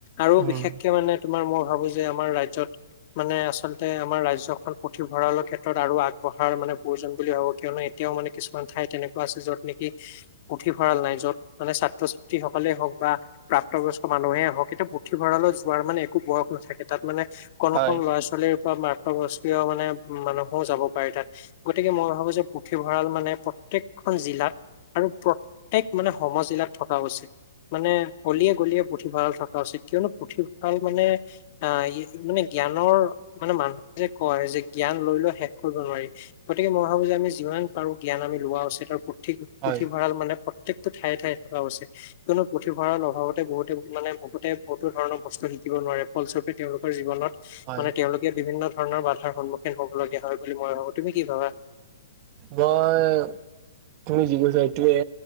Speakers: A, on the left; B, on the right.
A: আৰু
B: উম
A: বিশেষকে মানে তোমাৰ মই ভাবো যে আমাৰ ৰাজ্যত। মানে আচলতে আমাৰ ৰাজ্যৰখন পুথিভঁৰালৰ ক্ষেত্ৰত আৰু আগবঢ়াৰ মানে প্ৰয়োজন বুলি ভাবো কিয়নো এতিয়াও মানে কিছুমান ঠাইত তেনেকুৱা আছে যত নেকি পুথিভঁৰাল নাই য'ত মানে ছাত্ৰ ছাত্ৰী সকলেই হওক বা প্ৰাপ্তবয়স্ক মানুহেই হওক এতিয়া পুথিভঁৰালৈ যোৱাৰ মানে একো বয়স নাথাকে তাত মানে অকণ
B: হয়
A: অকণ ল'ৰা ছোৱালীৰ পৰা মাকবস্মীয় মানে মানুহেও যাব পাৰে তাত। গতিকে মই ভাবো যে পুথিভঁৰাল মানে প্ৰত্যেকখন জিলাত আৰু প্ৰত্যেক মানে সমজিলাত থকা অৱেশ্যে মানে গলিয়ে গলিয়ে পুথিভঁৰাল থকা উচিত কিয়নো পুথিভঁৰাল মানে আহ ই মানে জ্ঞানৰ মানে মানুহে যে কয় যে জ্ঞান লৈ লৈ শেষ কৰিব নোৱাৰি গতিকে মই ভাবো যে আমি যিমান পাৰো জ্ঞান আমি লোৱা উচিত আৰু পুথি
B: হয়
A: পুথিভঁৰাল মানে প্ৰত্যেকতটো ঠাইয়ে ঠাইয়ে থকা উচিত কিয়নো পুথিভঁৰাল লগতে বহুতে মানে বহুতে বহুতো ধৰণৰ বস্তু শিকিব নোৱাৰে ফলস্বৰূপে তেওঁলোকৰ জীৱনত
B: হয়
A: মানে তেওঁলোকে বিভিন্ন ধৰণৰ বাধাৰ সন্মুখীন হবলগীয়া হয় বুলি মই ভাবো। তুমি কি ভাবা?
B: মই তুমি যি কৈছা সেইটোয়ে